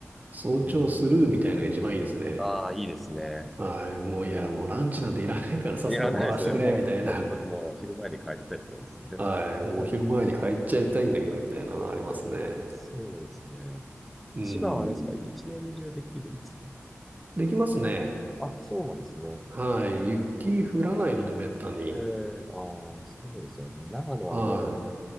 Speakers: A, on the right (about 35°); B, in the centre.
A: 早朝スルーみたいなのが一番いいですね。
B: うーん。ああ、いいですね。
A: はい。もういや、
B: うーん。
A: もうランチなんていらないからさっさと回らせてくれ、
B: いや、ないですね。もう、
A: みたいな。
B: だってだってもう昼前に帰りたいって感じですね。
A: はい。もう昼前に帰っちゃいたいんだけど、
B: <laughs> はい。
A: みたいなのがありますね。
B: えーそうですね。
A: うん。
B: 千葉はあれですか一年中できるんですか
A: できますね。
B: あ、そうなんですね。
A: はい。雪降らないので、めったに。
B: ええ、ああ、そうですよね。長野はもう
A: はい。